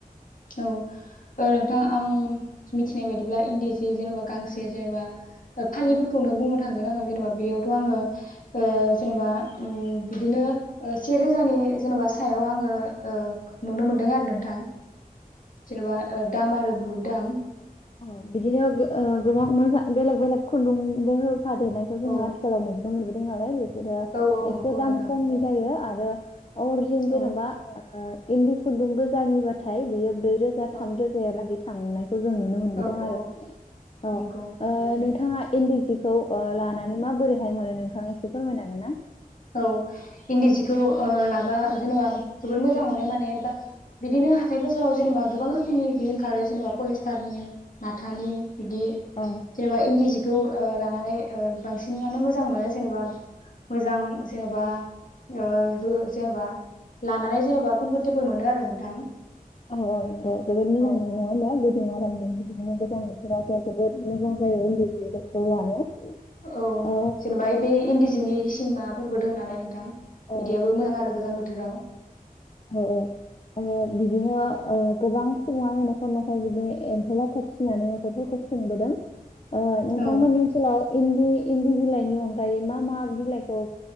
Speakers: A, on the left; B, on the left.
A: औ ओ नोंथां आं मिथिनाय बायदिब्ला इन्दि जि जेनेबा गांसे जेनेबा फालिफोरखौनो
B: औ
A: बुङो। थांगोन आङो जेनेबा बेयावथ' आङो जेनेबा बिदिनो सेे रोजानि जेनेबा सायाव आङो नुनो मोनदों आरो नोंथां। जेनेबा दाम आरो बहुत दाम।
B: औ बिदिनो गोबां मोजां बेलेग बेलेग खुन्दुंबो होफादेरनायखौ जों
A: औ
B: आथिखालाव नुनो मोनबोदों नालाय।
A: औ औ
B: एसे
A: नंगौ
B: दाम
A: नोंथां
B: खमनि जायो आरो। <inaudible> अरजिनेल जेन'बा।
A: औ
B: इन्दि खुन्दुं गोजानिबाथाय बेयो ब्रै रोजा थाम
A: औ
B: रोजाया लागै थांनायखौ जों नुनो मोनबोदों
A: औ
B: आरो
A: औ नंगौ
B: नोंथांआ इन्दि हिखौ लानानै माबोरैहाय मोनो नोंथाङा एसे फोरमायनो हागोनना।
A: औ इन्दि जिखौ ला जेनेबा जोबोद मोजां मोनो मानो बिदिनो हाथाइ बाजाराव जेनेबां गोबां रोखोमनि ओंखारो जेनेबा पलिसथारनि। माथानि बिदि
B: औ
A: जेनेबा इन्दि जि बेखौ लानानै बांसिनानो मोजां मोनो जेनेबा मोजां जेनेबा जेनेबा लानानै जेनेबा कमफरटेबोल मोनो आरो नोंथां।
B: औ औ नंगौ जोबोद मोजां
A: औ औ
B: मोनो नङा होनबा गुदुं आरामजों बिदिनो गोजां बोथोरावथ' जोबोद मोजां जायो इन्दि जिफोरखौ लानो।
A: औ
B: ओ
A: जेनेबा बे इन्दि जिनि माफोरबो दङ नालाय नोंथां।
B: औ
A: बिदियाबो मोजां आरो गोजां बोथोराव।
B: औ औ आरो बिदिनो गोबां सुबुङानो न'खर न'खर बिदि एम्फौ लाथा फिसिनानै न'खरफोरखौ खुंबोदों। नोंथांमोननि
A: औ
B: ओनसोलाव इन्दि इन्दि बिलाइनि अनगायै मा मा बिलाइखौ